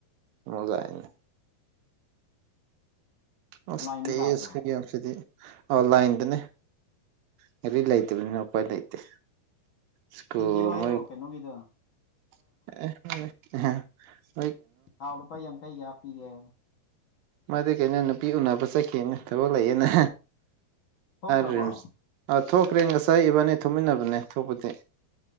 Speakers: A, on the right; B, on the left.
A: ꯏꯃꯣ ꯂꯥꯛꯏꯅꯤ ꯑꯁ
B: ꯂꯥꯏꯟꯗ
A: ꯇꯦꯁ
B: ꯂꯥꯛꯄ꯭ꯔꯣ
A: ꯃꯌꯥꯝꯁꯤꯗꯤ ꯑꯣ ꯂꯥꯏꯟꯗꯅꯦ ꯀꯔꯤ ꯂꯩꯇꯕꯅꯤꯅ ꯎꯄꯥꯏ ꯂꯩꯇꯦ ꯁ꯭ꯀꯨꯜ
B: ꯊꯤꯟꯕꯤꯌꯣ ꯍꯥꯏꯌꯣ
A: ꯃꯣꯏ
B: ꯀꯩꯅꯣꯒꯤꯗ
A: <unintelligible>
B: ꯍꯥꯎ ꯂꯨꯄꯥ ꯌꯥꯡ ꯀꯩ ꯍꯥꯄꯤꯒꯦ
A: ꯃꯗꯤ ꯀꯩꯅꯣ ꯅꯨꯄꯤ ꯎꯅꯕ ꯆꯠꯀꯦꯅ ꯊꯕꯛ ꯂꯩꯌꯦꯦꯅ
B: ꯊꯣꯛꯈ꯭ꯔꯕꯣ
A: ꯔꯤꯝꯁ ꯑꯥ ꯊꯣꯛꯈ꯭ꯔꯦ ꯉꯁꯥꯏ ꯏꯕꯥꯅꯤ ꯊꯣꯛꯃꯤꯟꯅꯕꯅꯦ ꯊꯣꯛꯄꯗꯤ